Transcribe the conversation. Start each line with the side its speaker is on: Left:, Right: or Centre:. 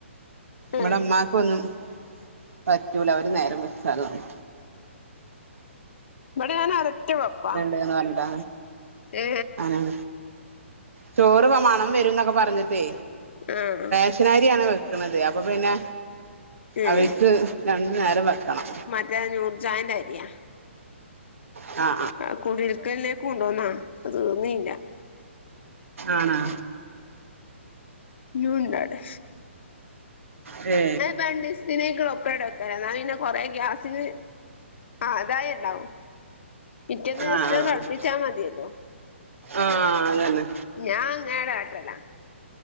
Left: ഉം
Right: ബടെ മ്മാക്കൊ ഒന്നും പറ്റൂല അവര് നേരം വെച്ചതന്നു
Left: ഇവിടെ ഞാൻ ഒരൊറ്റ വെപ്പ
Right: <unintelligible> പറഞ്ഞിട്ടാ
Left: ഏ
Right: ഉം ചോറ് മണം വരുംന്നൊക്കെ പറഞ്ഞിട്ടേ
Left: <unintelligible>
Right: റേഷൻ അരിയാണ് വെക്കണന്നത്. അപ്പൊ പിന്നെ
Left: ഏഹ്
Right: അവർക്ക് രണ്ടു നേരം വെക്കണം.
Left: <unintelligible> നൂറ്ജാൻ ൻ്റെ അരിയ
Right: ആ
Left: ആ കുടിൽക്കലിലേക്ക് കൊണ്ടുവന്നാ അത് തീർന്നീയില്ല
Right: ആണോ?
Left: ഇനിയും ഉണ്ട് അവിടെ
Right: ഏ
Left: രണ്ട് ദിവസത്തിൻ ഉള്ള ഒപ്പരം വെക്കലാ എന്നാ പിന്നെ കൊറെ ഗ്യാസിന് ആദായം ഉണ്ടാകും പിറ്റേന്നീസതിന്
Right: ആഹ് ആഹ്
Left: തളപ്പിച്ചാ മതിയല്ലോ
Right: ആഹ് അതന്നെ
Left: ഞാൻ അങ്ങയടെ ആാട്ടല്ല